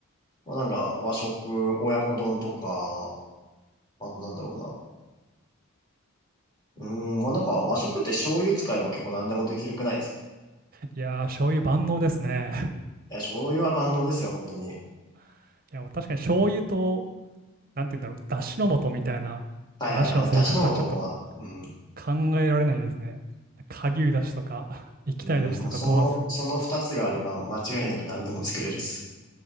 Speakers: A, on the left; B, on the right.
A: まあなんか、和食、親子丼とか、あとなんだろうな。うーん、まあなんか、和食って醤油使えば結構何でもできるくないですか
B: いやー、醤油万能ですね。
A: いや、醤油は万能ですよ、本当に。
B: <laughs> いや、もう確かに醤油と、なんて言うんだろう、だしの素みたいな、
A: はいはい。
B: なしの生活はちょっと
A: まあ、だしの素もまあ、うん。
B: 考えられないですね。顆粒だしとか、液体だしとか問わず。
A: うん、もうその、その二つがあれば間違いなく何でも作れるっす。